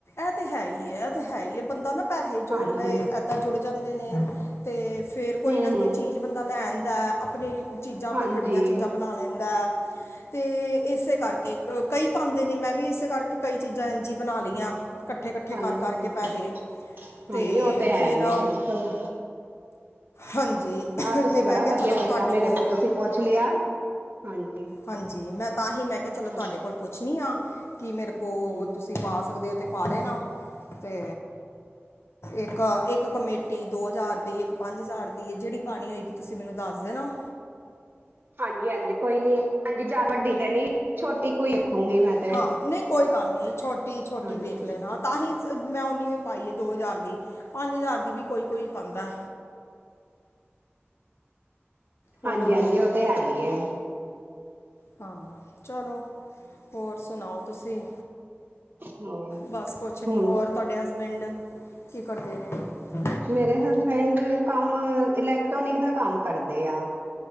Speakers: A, on the left; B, on the right.
A: ਇਹ ਤੇ ਹੈ ਹੀ-ਇਹ ਤੇ ਹੈ ਹੀ <inaudible> ਪੈਸੇ ਜੋੜ
B: ਹਾਂਜੀ
A: ਲਏ ਇਏਦਾਂ ਜੁੜ ਜਾਂਦੇ ਨੇ ਤੇ ਫੇਰ ਕੋਈ
B: ਹੂੰ
A: ਨਾ ਕੋਈ
B: ਹੂੰ
A: ਚੀਜ਼ ਬੰਦਾ ਲੈਣ ਦਾ ਆਪਣੀ ਚੀਜ਼ਾਂ
B: ਹਾਂਜੀ
A: ਕੋਈ ਵੱਡੀਆਂ ਚੀਜ਼ਾਂ ਬਣਾ ਲੈਂਦਾ ਤੇ ਇਸੇ ਕਰਕੇ ਕਈ ਪਾਾਂਂਦੇ ਨੇ ਮੈਂ ਵੀ ਇਸੇ ਕਰਕੇ ਕਈ ਚੀਜ਼ਾਂ ਜ ਬਣਾ ਲਈਆਂ ਇਕੱਠੇ-ਇਕੱਠੇ
B: ਹਾਂਜੀ
A: ਕਰ ਕਰਕੇ
B: ਹਾਂਜੀ
A: ਪੈਸੇ
B: ਹਾਂਜੀ
A: ਤੇ
B: ਉਹ ਹੈ
A: ਫਿਰ
B: ਹੀ ਹੈ ਸਭ
A: ਹਾਂਜੀ
B: ਆਹ ਤੁਸੀਂ
A: ਤੇ ਮੈਂ
B: ਬੜਾ
A: ਕਿਹਾ
B: ਵਧੀਆ
A: ਚਲੋ
B: ਕੀਤਾ
A: ਤੁਹਾਡੇ
B: ਮੇਰੇ
A: ਕੋਲ
B: ਤੁਸੀਂ ਪੁੱਛ ਲਿਆ ਹਾਂਜੀ
A: ਹਾਂਜੀ ਮੈਂ ਤਾਂ ਹੀ ਮੈਂ ਕਿਹਾ ਚਲੋ ਤੁਹਾਡੇ
B: ਹਾਂਜੀ
A: ਕੋਲ ਪੁੱਛਣੀ ਆ ਕੀ ਮੇਰੇ ਕੋਲ
B: ਹਮ
A: ਤੁਸੀਂ ਪਾ ਸਕਦੇ ਹੋ ਤੇ ਪਾ ਲਣਾ ਤੇ ਇੱਕ-ਇੱਕ ਕਮੇਟੀ ਦੋ ਹਜ਼ਾਰ ਦੀ ਇੱਕ ਪੰਜ ਹਜ਼ਾਰ ਦੀ ਜਿਹੜੀ ਪਾਣੀ ਹੋਏਗੀ ਤੁਸੀਂ ਮੈਨੂੰ ਦੱਸ ਦੇ ਨਾ
B: ਹਾਂਜੀ-ਹਾਂਜੀ ਕੋਈ ਨੀ ਹਾਂਜੀ ਜਾ ਵੱਡੀ ਤੇ ਨਹੀਂੀ ਛੋਟੀ ਕੋਈ ਰੱਖੂਗੀ ਮੈਂ ਤੇ
A: ਹਾਂ ਨਹੀਂ ਕੋਈ ਗੱਲ ਨਹੀਂੀ ਛੋਟੀ-ਛੋਟੀ
B: ਹਾਂਜੀ
A: ਵੇਖ ਲੈਣਾ ਤਾਂ ਹੀ ਮੈਂ ਓਨੀ ਹੀ ਪਾਈ ਹੈ ਦੋ ਹਜ਼ਾਰ ਦੀ ਪੰਜ ਹਜ਼ਾਰ ਵੀ ਕੋਈ-ਕੋਈ ਪਾਉਂਦਾ ਹੋਰ
B: ਹਾਂਜੀ-ਹਾਂਜੀ ਉਹ ਤੇ ਹੈ ਹੀ ਐ
A: ਹਾਂ ਚਲੋ ਹੋਰ ਸੁਣਾਓ ਤੁਸੀਂ
B: ਹੋਰ
A: ਬਸ ਕੁਛ ਨਹੀਂ
B: ਹੁਣ
A: ਹੋਰ ਤੁਹਾਡੇ ਹਸਬੈਂਡ ਕੀ ਕਰਦੇ ਇਹ ਨੇ
B: ਮੇਰੇ ਹਸਬੈਂਡ ਕੰਮ ਇਲੈਕਟ੍ਰੋਨਿਕ ਦਾ ਕੰਮ ਕਰਦੇ ਆ